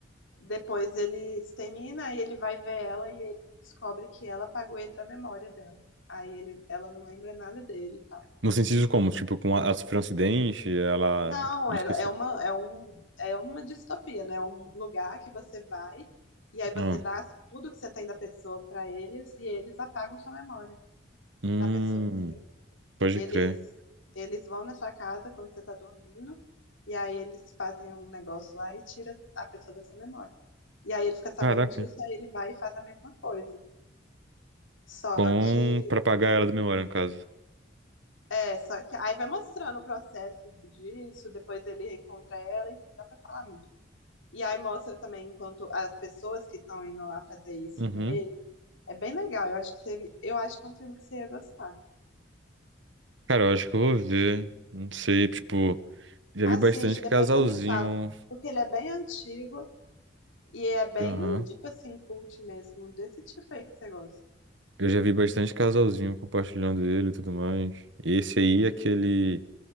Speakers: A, on the left; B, on the right.
A: Depois eles terminam e ele vai ver ela e ele descobre que ela apagou ele da memória dela. Aí ele, ela não lembra nada dele e tal.
B: No sentido como? Tipo, com a, ela sofreu um acidente, ela
A: Não,
B: esqueceu.
A: ela- é uma, é um, é uma distopia, né? É um lugar que você vai e aí você
B: Ah.
A: dá tudo que você tem da pessoa pra eles e eles apagam sua memória
B: Hum,
A: da pessoa.
B: pode
A: Eles,
B: crer.
A: eles vão na sua casa quando você tá dormindo e aí eles fazem um negócio lá e tira a pessoa da sua memória. E aí ele fica sabendo
B: Caraca.
A: disso, aí ele vai e faz a mesma coisa. Só
B: Com...
A: que,
B: Pra apagar ela da memória, no caso.
A: é, só que aí vai mostrando o processo disso, depois ele reencontra ela, enfim, dá pra falar muito. E aí mostra também enquanto as pessoas que estão indo lá fazer isso
B: Uhum.
A: nele. É bem legal, eu acho que você, eu acho que é um filme que você ia gostar.
B: Cara, eu acho que eu vou ver. Não sei, tipo... Já
A: Assiste,
B: vi bastante
A: depois
B: casalzinho...
A: você me fala, porque ele é bem antigo e é bem,
B: Aham.
A: tipo assim, cult mesmo, desse tipo aí que você gosta.
B: Eu já vi bastante casalzinho compartilhando ele e tudo mais. Esse aí é aquele